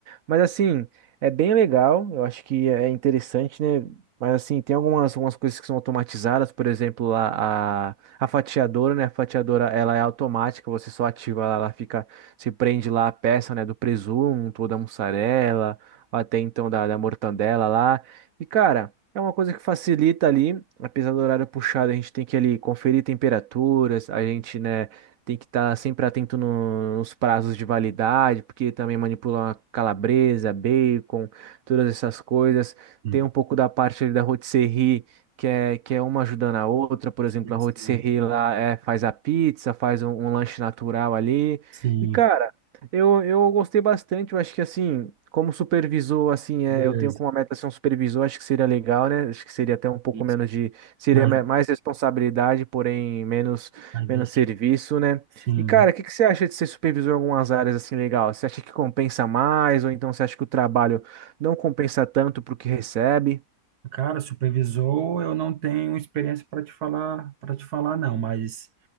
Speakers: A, on the right; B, on the right.
A: Mas, assim, é bem legal, eu acho que é interessante, né, mas, assim, tem algumas, algumas coisas que são automatizadas, por exemplo, a- a fatiadora, né? A fatiadora, ela é automática, você só ativa ela, ela fica, se prende lá a peça, né, do presunto, ou da mussarela, ou até então da, da mortandela lá. E, cara, é uma coisa que facilita ali, apesar do horário puxado, a gente tem que ali conferir temperaturas, a gente, né, tem que estar sempre atento no- nos prazos de validade, porque também manipula uma calabresa, bacon, todas essas coisas.
B: Hum,
A: Tem um pouco da parte ali da rotisserie que é, que é uma ajudando a outra, por exemplo,
B: sim,
A: a rotisserie
B: sim,
A: lá é, faz a pizza, faz um, um lanche natural ali.
B: sim.
A: E, cara, eu, eu gostei bastante, eu acho que assim, como supervisor, assim,
B: beleza.
A: é, eu tenho como meta ser um supervisor, acho que seria legal, né? Acho que seria até um pouco
B: Isso.
A: menos de, seria
B: Mas,
A: me- mais responsabilidade, porém menos,
B: mas
A: menos
B: deixa.
A: serviço, né?
B: Sim,
A: E, cara,
B: mas,
A: o que que você acha de ser supervisor em algumas áreas assim legal? Você acha que compensa mais, ou então você acha que o trabalho não compensa tanto pro que recebe?
B: cara, supervisor, eu não tenho experiência para te falar, para te falar, não. Mas